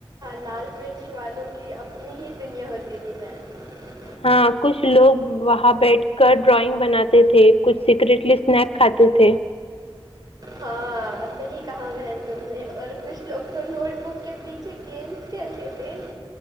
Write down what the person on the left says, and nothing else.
ہاں کچھ لوگ وہاں بیٹھ کر ڈرائنگ بناتے تھے کچھ سیکریٹلی اسنیک کھاتے تھے